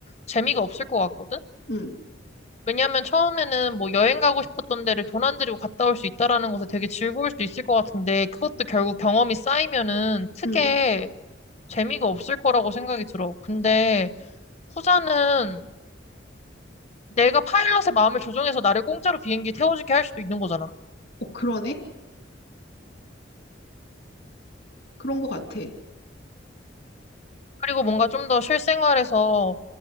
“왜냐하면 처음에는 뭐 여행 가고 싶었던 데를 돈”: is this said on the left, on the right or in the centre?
Left